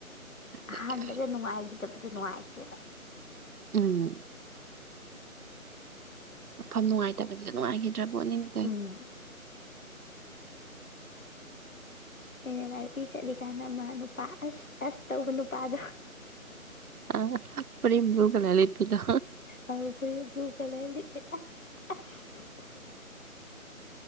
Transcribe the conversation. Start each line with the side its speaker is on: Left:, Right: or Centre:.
Right: ꯑꯗꯨꯒꯤ
Left: ꯑꯍꯥꯟꯕꯗ
Right: ꯑꯣꯏ
Left: ꯅꯨꯡꯉꯥꯏꯈꯤ ꯂꯩꯇꯕꯗꯨꯣ ꯅꯨꯡꯉꯥꯏꯇꯦꯕ
Right: ꯎꯝ ꯃꯐꯝ ꯅꯨꯡꯉꯥꯏꯇꯕꯅꯤꯗ ꯅꯨꯡꯉꯥꯏꯈꯤꯅꯤ ꯠꯇꯕꯣꯠꯅꯤꯡ ꯀꯩ
Left: ꯎꯝ ꯃꯣꯏꯅ ꯂꯥꯏꯄꯤ ꯆꯠꯂꯤꯀꯥꯟꯗ ꯑꯃ ꯅꯨꯄꯥ ꯑꯁ ꯑꯁ ꯇꯧꯕ ꯅꯨꯄꯥꯗꯣ
Right: ꯑ ꯑꯄꯗꯤ ꯏ ꯄꯨꯒꯂꯦꯝ ꯂꯩꯛꯇꯗꯣ
Left: ꯑꯃ ꯐꯨꯔꯤꯠ ꯕ꯭ꯂꯨ ꯀꯂꯔ ꯂꯤꯠꯂꯤ ꯑꯁ ꯑ